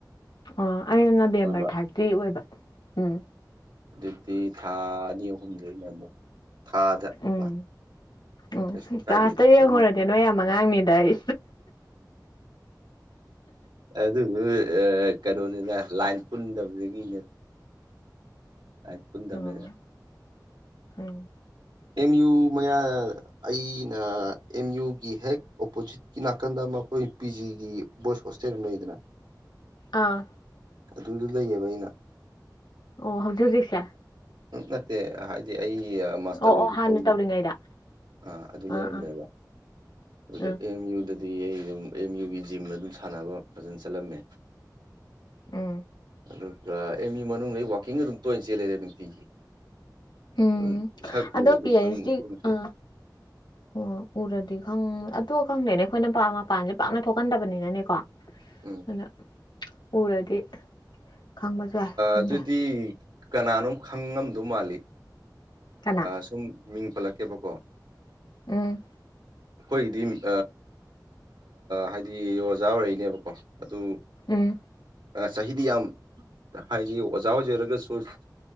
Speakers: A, on the left (about 80°); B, on the right (about 85°).
A: ꯑꯣ ꯑꯩꯅ ꯅꯕꯦꯝꯕꯔ
B: ꯑꯣꯏꯕ
A: ꯊꯥꯔꯇꯤ ꯑꯣꯏꯕ ꯎꯝ
B: ꯑꯗꯨꯗꯤ ꯊꯥ ꯑꯅꯤ ꯑꯍꯨꯝꯗꯩꯅ ꯑꯃꯨꯛ ꯊꯥꯗ
A: ꯎꯝ
B: ꯂꯥꯛ
A: ꯎꯝ
B: ꯀ ꯁꯨ ꯀꯥꯗ
A: ꯀ꯭ꯂꯥꯁꯇ
B: ꯀꯩ
A: ꯌꯦꯡꯉꯨꯔꯗꯤ ꯅꯣꯏ ꯌꯥꯝ ꯑꯉꯥꯡꯅꯤꯗ ꯑꯩ
B: ꯑꯗꯨꯗꯤ ꯀꯩꯅꯣꯅꯤꯅ ꯂꯥꯏꯟ ꯄꯨꯟꯗꯕꯗꯒꯤꯅꯦ ꯥꯏ ꯄꯨꯟꯗꯃꯤꯗ
A: ꯎꯝ ꯎꯝ
B: ꯑꯦꯝ ꯌꯨ ꯃꯌꯥ ꯑꯩꯅ ꯑꯦꯝ ꯌꯨꯒꯤ ꯍꯦꯛ ꯑꯣꯄꯣꯖꯤꯠꯀꯤ ꯅꯥꯀꯟꯗ ꯃꯈꯣꯏ ꯄꯤ ꯖꯤꯒꯤ ꯕꯣꯏꯁ ꯍꯣꯁꯇꯦꯜ ꯑꯃ ꯂꯩꯗꯅ
A: ꯑꯥ
B: ꯑꯗꯨꯗꯨ ꯂꯩꯌꯦꯕ ꯑꯩꯅ
A: ꯑꯣ ꯍꯧꯖꯤꯛ ꯍꯧꯖꯤꯛꯁꯦ
B: ꯎ ꯅꯠꯇꯦ ꯍꯥꯏꯗꯤ ꯑꯩ ꯃꯥꯁꯇꯔ
A: ꯑꯣ
B: ꯂꯣꯏꯁꯨ
A: ꯑꯣ ꯍꯥꯟꯅ
B: ꯐꯥꯎꯈꯤ
A: ꯇꯧꯔꯤꯉꯩꯗ
B: ꯑ ꯑꯗꯨ ꯂꯩꯔꯝꯃꯦꯕ
A: ꯑꯥ ꯑꯥ
B: ꯑꯗꯨꯗ
A: ꯎꯝ
B: ꯑꯦꯝ ꯌꯨꯗꯗꯤ ꯁꯤ ꯑꯩ ꯑꯗꯨꯝ ꯑꯦꯝ ꯌꯨꯒꯤ ꯖꯤꯝꯅ ꯑꯗꯨꯝ ꯁꯥꯟꯅꯕ ꯐꯖꯅ ꯆꯠꯂꯝꯃꯦ
A: ꯎꯝ
B: ꯑꯗꯨꯒ ꯑꯦꯝ ꯌ ꯃꯅꯨꯡꯗ ꯋꯥꯛꯀꯤꯡ ꯑꯗꯨꯝ ꯇꯣꯏꯅ ꯆꯦꯜꯂꯦꯗꯦ ꯅꯨꯡꯇꯤꯒꯤ
A: ꯎꯝ
B: ꯑꯗꯨꯝ ꯁꯛ
A: ꯑꯗꯣ
B: ꯎꯔꯗꯤ
A: ꯄꯤ
B: ꯈꯪꯕꯁꯨ
A: ꯑꯩꯆꯗꯤ ꯑ
B: ꯌꯥꯏ
A: ꯑꯣ ꯎꯔꯗꯤꯒ ꯍꯪ ꯇꯣꯛꯑ ꯈꯪꯗꯦꯅꯦ ꯑꯩꯈꯣꯏꯅ ꯃ ꯃꯄꯥꯟꯁꯦ ꯄꯥꯛꯅ ꯊꯣꯛꯀꯟꯗꯕꯅꯤꯅꯅꯦꯀꯣ
B: ꯎꯝ
A: ꯑꯗ ꯎꯔꯗꯤ ꯈꯪꯕꯁꯨ ꯌꯥꯏ ꯈꯪꯗꯦ
B: ꯑꯗꯨꯗꯤ ꯀꯅꯥꯅꯣꯝ ꯈꯪꯉꯝꯗꯧ ꯃꯥꯜꯂꯤ
A: ꯀꯅꯥ
B: ꯁꯨꯝ ꯃꯤꯡ ꯄꯠꯂꯛꯀꯦꯕꯀꯣ
A: ꯎꯝ
B: ꯑꯩꯈꯣꯏꯒꯤꯗꯤ ꯍꯥꯏꯗꯤ ꯑꯣꯖꯥ ꯑꯣꯏꯔꯛꯅꯦꯕꯀꯣ ꯑꯗꯨ
A: ꯎꯝ
B: ꯁꯍꯤꯗꯤ ꯌꯥꯝ ꯍꯥꯏꯗꯤ ꯑꯣꯖꯥ ꯑꯣꯏꯖꯔꯒꯁꯨ